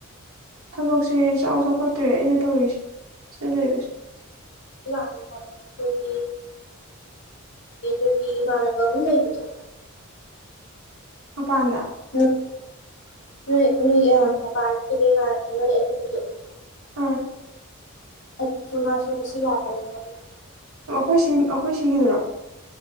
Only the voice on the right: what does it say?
ꯊꯕꯛꯁꯦ ꯆꯥꯎ ꯆꯥꯎꯈꯠꯇ꯭ꯔꯦ ꯑꯩꯅ ꯇꯧꯔꯤꯁꯦ ꯁꯤꯗ ꯂꯩꯕ
ꯃꯄꯗ
ꯎꯥ
ꯑꯩꯈꯣꯏ ꯁꯤ ꯑꯩꯈꯣꯏ ꯁꯤꯒꯤꯗꯣꯏꯔꯣ